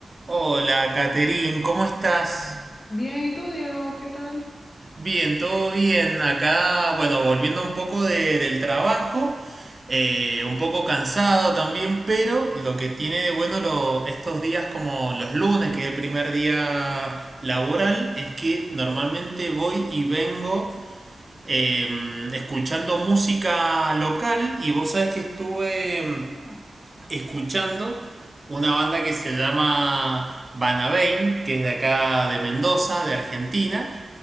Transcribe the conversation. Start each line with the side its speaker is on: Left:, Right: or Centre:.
Right: Hola, Caterín, ¿cómo estás?
Left: Bien, ¿y tú, Diego? ¿Qué tal?
Right: Bien, todo bien. Acá, bueno, volviendo un poco de- del trabajo, eh, un poco cansado también, pero lo que tiene de bueno lo- estos días como los lunes, que es el primer día laboral,
Left: De la fama.
Right: es que normalmente voy y vengo eh, escuchando música local y vos sabés que estuve
Left: Ah, Mira,
Right: escuchando una banda que se llama Banabain, que es de acá de Mendoza, de Argentina,